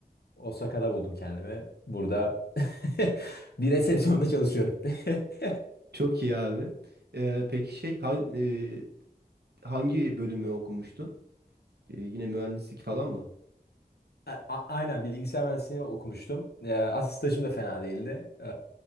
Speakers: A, on the left; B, on the right.
A: Osaka'da buldum kendimi. Burada <laughs> bir resepsiyonda çalışıyorum. <laughs>
B: Çok iyi abi. Ee, peki şey han- e, hangi bölümü okumuştun? Ee, yine mühendislik falan mı?
A: A- a- Aynen bilgisayar mühendisliğini okumuştum. Ee, aslında stajım da fena değildi. Ee,